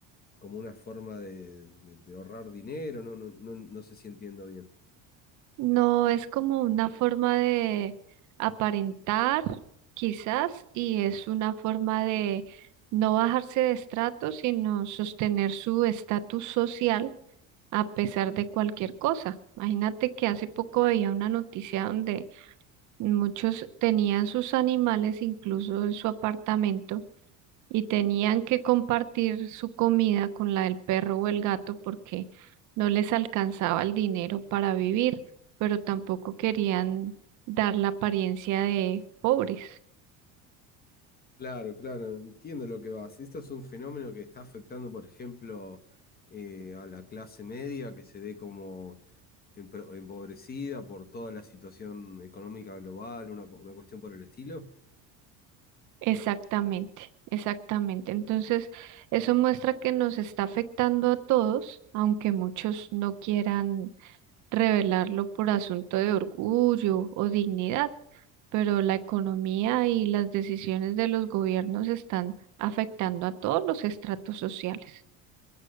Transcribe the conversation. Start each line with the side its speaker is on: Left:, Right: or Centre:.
Left: como una forma de, de- de ahorrar dinero, no, no, no, no sé si entiendo bien.
Right: No es como una forma de aparentar, quizás, y es una forma de no bajarse de estrato, sino sostener su estatus social a pesar de cualquier cosa. Imagínate que hace poco veía una noticia donde muchos tenían sus animales incluso en su apartamento y tenían que compartir su comida con la del perro o el gato porque no les alcanzaba el dinero para vivir, pero tampoco querían dar la apariencia de pobres.
Left: Claro, claro, entiendo lo que vas. Esto es un fenómeno que está afectando, por ejemplo, eh, a la clase media que se ve como empro- empobrecida por toda la situación económica global, una, cu- una cuestión por el estilo.
Right: Exactamente, exactamente. Entonces, eso muestra que nos está afectando a todos, aunque muchos no quieran revelarlo por asunto de orgullo o dignidad. pero la economía y las decisiones de los gobiernos están afectando a todos los estratos sociales.